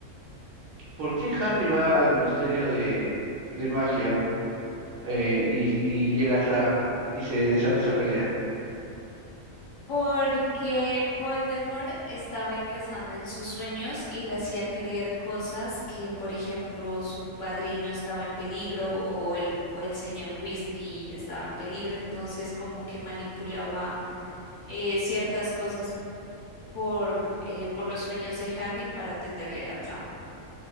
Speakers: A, on the right (about 65°); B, on the left (about 35°).
A: ¿por qué Harry va al Ministerio de, de Magia eh, y, y llega esa y se desata esa pelea?
B: Porque Voldemort estaba ingresando en sus sueños y le hacía creer cosas que, por ejemplo, su padrino estaba en peligro o el, o el señor Weasley estaba en peligro, entonces como que manipulaba eh, ciertas cosas por, eh, por los sueños de Harry para tenderle la trampa.